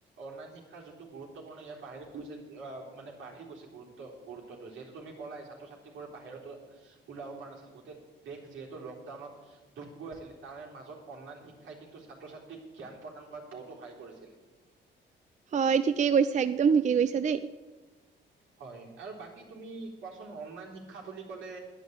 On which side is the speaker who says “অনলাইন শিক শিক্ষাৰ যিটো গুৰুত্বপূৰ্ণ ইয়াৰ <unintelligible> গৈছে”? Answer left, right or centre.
Right